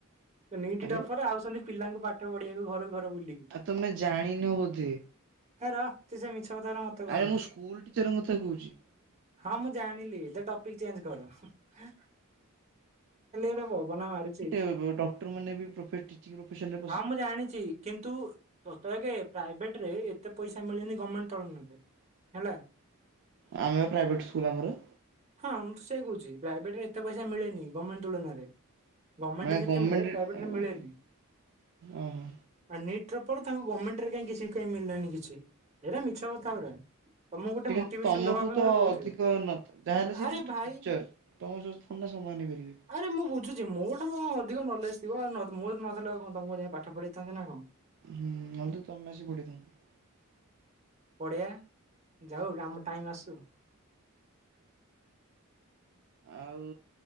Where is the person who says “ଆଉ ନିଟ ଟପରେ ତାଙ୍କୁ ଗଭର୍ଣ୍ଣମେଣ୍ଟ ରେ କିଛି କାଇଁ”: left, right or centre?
Right